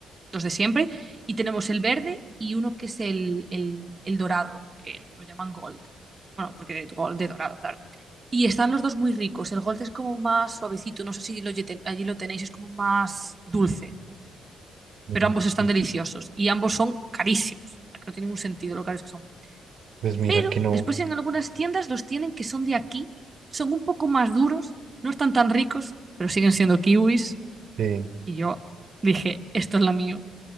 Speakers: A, on the right; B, on the right.
A: los de siempre. Y tenemos el verde y uno que es el, el- el dorado, que lo llaman gold. Bueno, porque de gold, de dorado, claro. Y están los dos muy ricos. El gold es como más suavecito. No sé si lo, ye- allí lo tenéis, es como más dulce
B: mm,
A: pero ambos están
B: pues,
A: deliciosos y ambos son carísimos, no tiene ningún sentido lo caros que son.
B: pues mira
A: Pero
B: que no,
A: después en algunas tiendas los tienen que son de aquí, son un poco más duros, no están tan ricos, pero siguen siendo kiwis.
B: eh,
A: Y yo dije, esto es la mío.